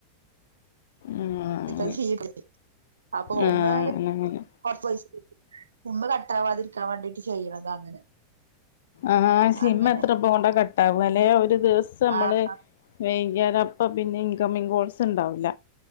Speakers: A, on the left; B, on the right.
A: ഉം അങ്ങനെ
B: നെറ്റ്ഷീണ്ട് അറിംഅപ്പൊ
A: ആഹ്
B: ഒന്ന്
A: അങ്ങനെ അങ്ങനെ
B: <inaudible> കൊറച്ച് പൈസ കേറ്റി സിമ്മ് കട്ടാവാതിരിക്കാൻ വേണ്ടിട്ട് ചെയ്യ്ണത അങ്ങനെ.
A: ആഹ് സിമ്മ്
B: അങ്ങനെ
A: എത്ര എളുപ്പംകൊണ്ട കട്ടവാലെ ഒരു ദിവസം ന്നമ്മള്
B: ആഹ്
A: വെയ്കിയാലപ് പ്പ പിന്നെ ഇൻകമിങ് കോൾസ് ഇണ്ടാവൂല.